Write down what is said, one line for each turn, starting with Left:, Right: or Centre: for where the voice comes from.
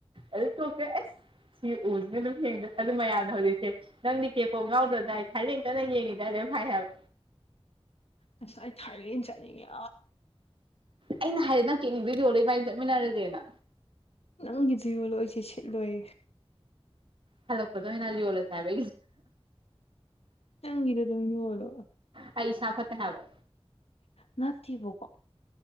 Right: ꯑꯗꯨ ꯇꯣꯛꯈ꯭ꯔꯦ ꯑꯁ ꯁꯤ ꯎꯁꯤꯅꯦ ꯑꯗꯨꯝ ꯑꯗꯨ ꯃꯌꯥꯝꯅ ꯍꯧꯖꯤꯛꯁꯦ ꯅꯪ ꯀꯦꯄꯣꯛ ꯉꯥꯎꯗ꯭ꯔꯣꯗꯥꯏ ꯊꯔꯦꯡꯇꯅ ꯌꯦꯡꯉꯤꯗꯏ ꯂ ꯐꯥꯏ ꯍꯥꯏꯕ
Left: ꯉꯁꯥꯏ ꯑꯩ ꯊꯥꯏꯂꯦꯟ ꯆꯠꯅꯤꯡꯉꯦ
Right: ꯑꯩꯅ ꯍꯥꯏꯌꯦ ꯅꯪ ꯀꯦꯅꯤꯡꯗꯣꯏ ꯌꯣ ꯂꯩ ꯏꯃꯥꯏꯅ ꯆꯠꯃꯤꯟꯅꯔꯁꯦꯅ
Left: ꯅꯪꯒꯤ ꯕꯣꯂꯣꯏꯁꯦ ꯁꯤꯠꯂꯣꯏ
Right: ꯍꯜꯂꯣ ꯀꯗꯣꯃꯤꯅ ꯌ ꯑꯣꯂꯣ ꯁꯥꯕ
Left: ꯅꯪꯒꯤꯗꯣ ꯑꯗꯨꯝ ꯌꯣꯜꯂꯣ
Right: ꯀꯩ ꯁꯥꯥ ꯐꯠꯇ ꯍꯥꯏꯕ
Left: ꯅꯠꯇꯦꯕ ꯀꯣ